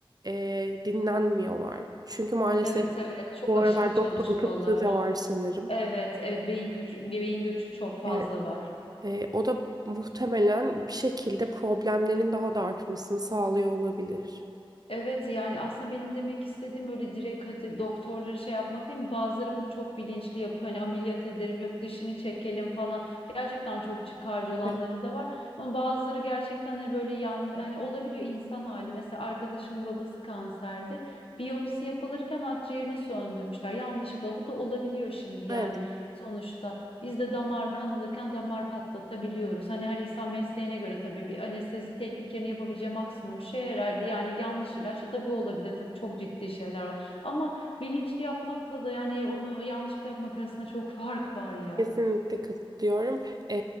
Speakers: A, on the right; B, on the left.
A: e, dinlenmiyorlar çünkü maalesef
B: Evet evet çok
A: bu
B: aşırı
A: aralar
B: çalışıyorlar.
A: doktor kıtlığı da var sanırım.
B: Evet, evet beyin göçü, beyin göçü çok fazla
A: Evet,
B: var.
A: e, o da muhtemelen bir şekilde problemlerin daha da artmasını sağlıyor olabilir.
B: Evet yani aslında benim demek istediğim öyle direkt hadi doktorları şey yapmak değil mi? Bazıları bunu çok bilinçli yapıyor. Hani ameliyat ederim, yok dişini çekelim falan. Gerçekten çok çıkarcı olanları
A: Evet,
B: da var. Ama bazıları gerçekten hani böyle yan, hani olabiliyor insan hali. Mesela arkadaşımın babası kanserdi. Biyopsi yapılırken akciğerini söndürmüşler yanlışlıkla. Bu da olabiliyor şimdi yani
A: evet.
B: sonuçta. Biz de damar kan alırken damar patlatabiliyoruz. Hani her insan mesleğine göre tabii bir anestezi tekniklerini yapabileceği maksimum şey herhalde. Yani yanlış ilaç ya da bu olabilir. Tabii çok ciddi şeyler o. Ama bilinçli yapmakla da yani onu yanlışlıkla yapmak arasında çok <laughs> fark var ya.
A: Kesinlikle katılıyorum. E,